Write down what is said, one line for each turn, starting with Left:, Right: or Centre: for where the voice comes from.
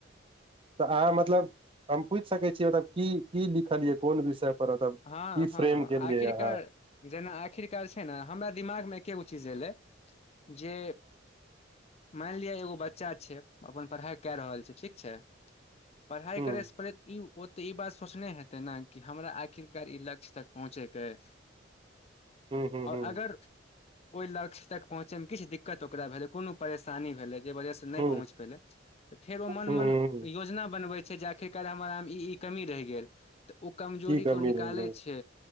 Right: त अहाँ मतलब हम पुछि सकै छी, मतलब की कि लिखलियै कोन विषय पर ओत की
Left: हँ हँ
Right: फ्रेम
Left: हँ
Right: केलिअइ
Left: आखिरकार
Right: अहाँ।
Left: जेना आखिरकार छै ने, हमरा दिमाग में एके गो चीज एलै जे मानि लिअ एगो बच्चा छै, अपन पढ़ाइ कए रहल छै ठीक छै, पढ़ाइ
Right: हँ
Left: करैसँ करैत ई ओते ई बात सोचने हेतै ने, कि हमरा आखिर कार ई लक्ष्य तक पहुँचेके अय,
Right: ह ह
Left: आओर
Right: ह
Left: अगर ओइ लक्ष्य तक पहुँचेमें किछु दिक्कत ओकरा भेलै, कोनो परेशानी भेलै, जे वजह से नै
Right: ह
Left: पहुंच पेलै, त फेर ओ मन-मन
Right: ह ह
Left: योजना बनबै छै जे, आखिरकार हमरा में ई- ई कमी रहि गेल, तऽ ओ कमजोरी
Right: की कमी
Left: कोनी निकालै
Right: रहि गेल
Left: छै,